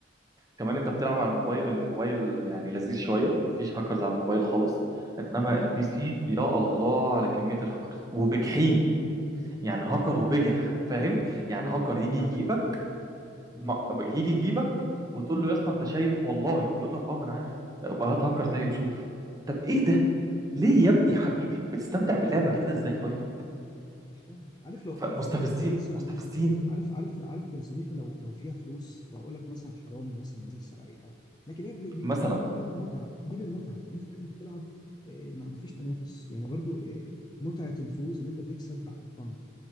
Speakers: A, on the right (about 20°); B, on the left (about 25°).
A: كمان أنت بتلعب على الموبايل الموبايل يعني لذيذ شوية مفيش هاكرز على الموبايل خالص إنما البي
B: مم.
A: سي يا الله على كمية الهاكرز وبجحين يعني هاكر
B: مم.
A: وبجح فاهم يعني
B: ليه يا
A: هاكر
B: عم يعني احكي
A: يجي
B: لي
A: يجيبك
B: عمل ايه مم.
A: ما- يجي يجيبك وتقول له يا اسطى أنت شايف والله يقول لك أه ما أنا عارف بقى هات هاكر زيه وشوف طب إيه ده ليه يا ابني يا
B: مم،
A: حبيبي بتستمتع باللعبة كده إزاي طيب
B: مش فاهم عارف لو
A: فمستفزين
B: عارف لو لو مثلا
A: مستفزين
B: عارف عارف عارف يا صديقي لو لو فيها فلوس فاقول لك مثلا حرامي مثلا بيسرق اي حاجه لكن لا، دي
A: مثلا
B: دي دي للمتعه دي للمتعه يعني انت في الاخر انت بتلعب آه، ما ما فيش تنافس يعني برضو آه، متعه الفوز اللي انت تكسب بحرفنه